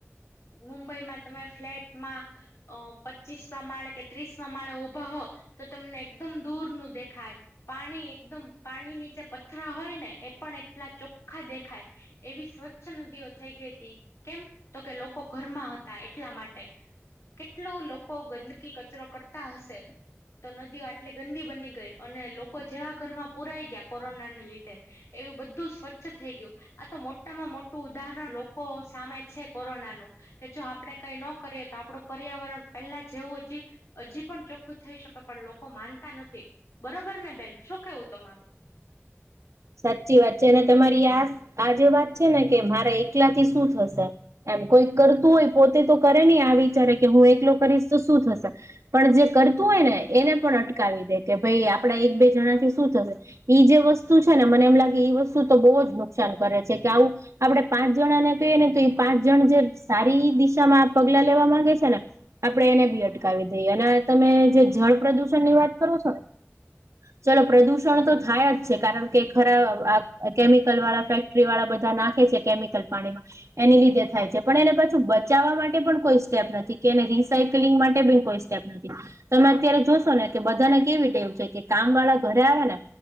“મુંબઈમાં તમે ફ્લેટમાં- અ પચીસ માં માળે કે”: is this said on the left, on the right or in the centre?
Left